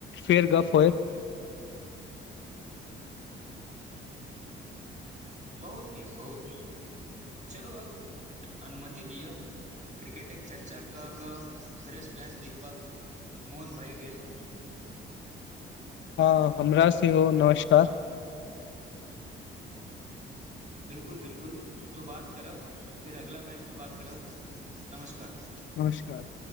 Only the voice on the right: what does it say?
बहुत नीक बहुत नीक चलू आब अनुमति दिअ क्रिकेटके चर्चा कऽ कऽ फ्रेश मैच देखबाक मोन भए गेल
बिलकुल बिलकुल त बात करब फेर अगला मैच मे बात करब नमस्कार